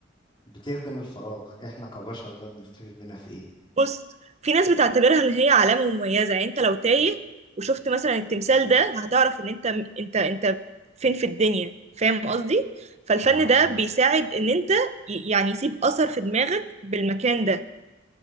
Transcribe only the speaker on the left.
بتخدم الفراغ احنا كبشر بقى بنستفيد منها في ايه
اه